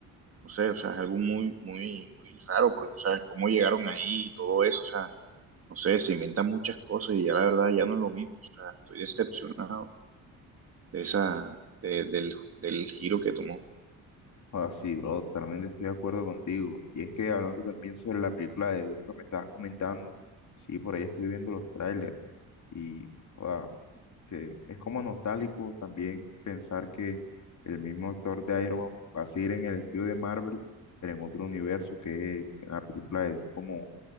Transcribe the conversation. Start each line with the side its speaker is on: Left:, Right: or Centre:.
Right: no sé, o sea, es algo muy, muy, muy raro, porque, o sea, cómo llegaron ahí y todo eso, o sea, no sé, se inventan muchas cosas y ya la verdad ya no es lo mismo, o sea, estoy decepcionado de esa, de- del, del giro que tomó.
Left: Ah, sí, bro, totalmente estoy de acuerdo contigo. Y es que hablando también sobre la película de Dune que me estabas comentando, sí, por ahí estuve viendo los trailers y, joda, se- es como nostálgico también pensar que el mismo actor de Iron Man va a seguir en el estudio de Marvel, pero en otro universo que es en la película de Doom como